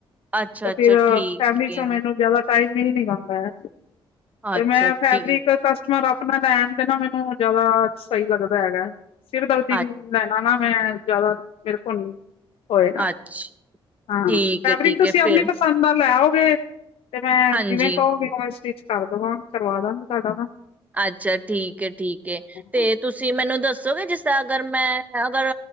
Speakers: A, on the right; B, on the left.
A: ਅੱਛਾ-ਅੱਛਾ
B: ਤੇ ਫੇਰ
A: ਠੀਕ
B: ਫੈਮਲੀ ਚ
A: ਏ,
B: ਤੇ ਮੈਨੂੰ ਜ਼ਿਆਦਾ ਟਾਇਮ ਮਿਲ ਨਹੀਂ ਪਾਂਦਾ ਹੈ। ਤੇ
A: ਅੱਛਾ
B: ਮੈਂ ਫੈਬਰਿਕ
A: ਠੀਕ
B: ਕਸਟਮਰ ਆਪੇ ਆਪਣਾ ਲੈਣ ਤੇ ਨਾ ਮੈਨੂੰ ਜਿਆਦਾ ਸਹੀ ਲੱਗਦਾ ਹੈਗਾ ਸਿਰਦਰਦੀ
A: ਅ
B: ਲੈਣਾ ਨਾ ਮੈਂ ਜਿਆਦਾ ਫਿਰ ਘੁੰਮਦੀ ਹੋਏਗਾ
A: ਅੱਛ
B: ਹਾਂ।
A: ਠੀਕ
B: ਫੈਬਰਿਕ
A: ਏ-ਠੀਕ
B: ਤੁਸੀਂ
A: ਏ
B: ਆਪਣੀ
A: ਫੇਰ
B: ਪਸੰਦ ਦਾ ਲੈਓ ਫਿਰ ਤੇ ਮੈਂ
A: ਹਾਂਜੀ,
B: ਜੀਵੇਂ ਕਹੋਗੇ ਓਵੇਂ ਸਟਿੱਚ ਕਰ ਦਵਾਂ ਕਰਵਾ ਦਾਂਗਗੀ ਤੁਹਾਡਾ ਮੈਂ
A: ਅੱਛਾ ਠੀਕ ਏ, ਠੀਕ ਏ, ਤੇ
B: ਹਾਂ
A: ਤੁਸੀਂ ਮੈਨੂੰ ਦੱਸੋਗੇ ਜਿਸ ਤਾਂ ਅਗਰ ਮੈਂ ਅਗਰ